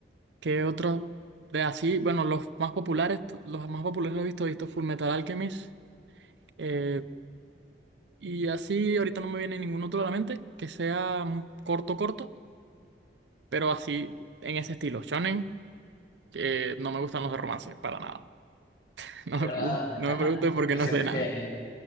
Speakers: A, on the right; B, on the left.
A: ¿Qué otro de así? Bueno, los más populares, los más populares los he visto, he visto Full Metal Alchemist. eh, y así ahorita no me viene ningún otro a la mente que sea un corto, corto, pero así en ese estilo. Shonen, que no me gustan los de romance, para nada. <laughs> No
B: De
A: me,
B: verdad.
A: pregun- no
B: <laughs>
A: me preguntes porque
B: Yo
A: no
B: siento
A: sé nada.
B: que